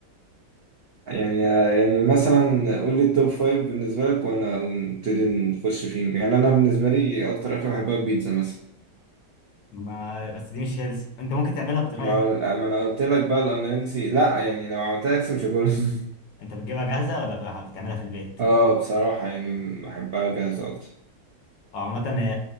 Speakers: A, on the right; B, on the left.
A: يعني يعني مثلا قول لي التوب فايف بالنسبة لك وانا ونبتدي نخش فيهم يعني انا بالنسبة لي اكتر اكلة بحبها البيتزا مثلا
B: ما بس دي مش هيلث انت ممكن تعملها بطريقه
A: ما هو-
B: حلوة.
A: ما انا قلت لك بقى الأنا هيلثي لا يعني لو عملتها هيلثي مش هاكلها <laughs>
B: انت بتجيبها جاهزه ولا بت- بتعملها في البيت
A: اه بصراحة يعني بحبها جاهزة اكتر
B: أو عامة هي